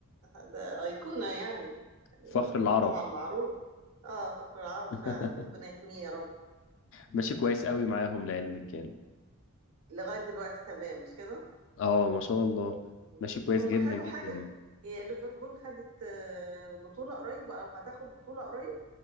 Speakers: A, on the right; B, on the left.
A: ده أيقونة يعني يعني
B: فخر العرب
A: طبعا معروف اه فخر العرب
B: <laughs>
A: فعلا ربنا يحميه يا رب
B: ماشي كويس قوي معاهم لعلمك يعني
A: لغاية دلوقتي تمام مش كده
B: اه ما شاء الله
A: مم.
B: ماشي كويس
A: هم
B: جدا
A: خدوا
B: جدا
A: حاجة
B: يعني
A: هي ليفربول خدت آه، بطولة قريب او هتاخد بطولة قريب